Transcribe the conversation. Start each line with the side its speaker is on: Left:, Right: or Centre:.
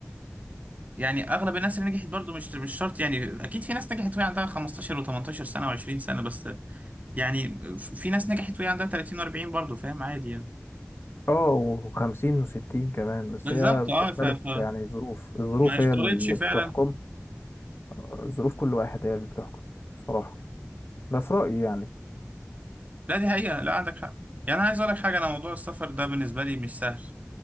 Right: يعني اغلب الناس اللي نجحت برضو مش مش شرط يعني اكيد في ناس نجحت وهي عندها 15 و18 سنه و20 سنه بس يعني في ناس نجحت وهي عندها 30 و40 برضو فاهم عادي يعني
Left: اه وخمسين وستين كمان بس
Right: بالظبط
Left: هي بتختلف
Right: اه ف... ف...
Left: يعني الظروف الظروف
Right: ما يشترطش
Left: هي اللي
Right: فعلا
Left: بتحكم آه، ظروف كل واحد هي اللي بتحكم بصراحة ده في رأيي يعني
Right: لا دي حقيقه لا عندك حق يعني انا عايز اقول لك حاجه انا موضوع السفر ده بالنسبه لي مش سهل